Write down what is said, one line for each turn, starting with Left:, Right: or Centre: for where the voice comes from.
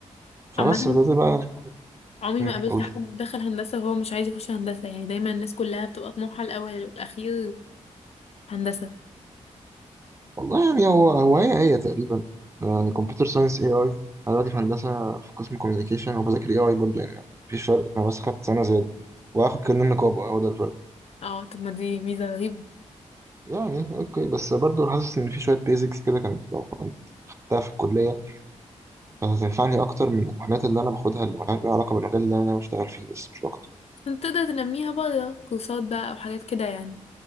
Right: فبس
Left: عامه
Right: بدأت بقى يعني
Left: عمري
Right: مم،
Left: ما قابلت
Right: قولي
Left: حد دخل هندسه وهو مش عايز يخش هندسه يعني دايما الناس كلها بتبقى طموحها الاول والاخير هندسه
Right: والله يعني هو هو هي هي تقريبا يعني كمبيوتر ساينس اي اي أنا دلوقتي في هندسة في قسم كوميونيكيشن وبذاكر اي اي برضه يعني مفيش فرق أنا بس خدت سنة زيادة وآخد كارنيه نقابة هو ده الفرق
Left: اه طب ما دي ميزه رهيبه
Right: يعني أوكي بس برضه حاسس إن في شوية بيزكس كده كان لو كنت خدتها في الكلية كانت هتنفعني أكتر من الحاجات اللي أنا باخدها اللي ملهاش علاقة بالمجال اللي أنا بشتغل فيه بس مش أكتر
Left: انت تقدر تنميها بره كورسات بقى او حاجات كده يعني